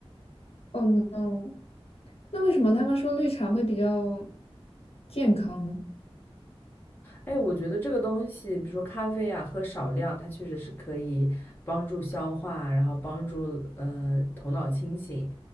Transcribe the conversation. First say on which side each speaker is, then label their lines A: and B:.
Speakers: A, on the left; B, on the left.
A: Oh no，那为什么他们说绿茶会比较健康呢？
B: 哎，我觉得这个东西，比如说咖啡啊，喝少量，它确实是可以帮助消化，然后帮助呃头脑清醒，